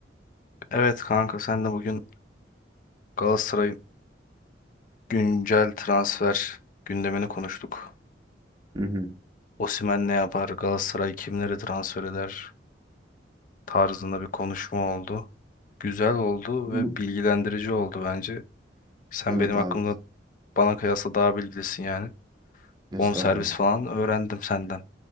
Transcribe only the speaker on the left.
Evet kanka sen de bugün Galatasaray'ın güncel transfer gündemini konuştuk.
Osimhen ne yapar, Galatasaray kimleri transfer eder tarzında bir konuşma oldu. Güzel oldu
ve bilgilendirici oldu bence. Sen
benim hakkımda
bana kıyasla daha bilgilisin yani.
Bonservis falan öğrendim senden.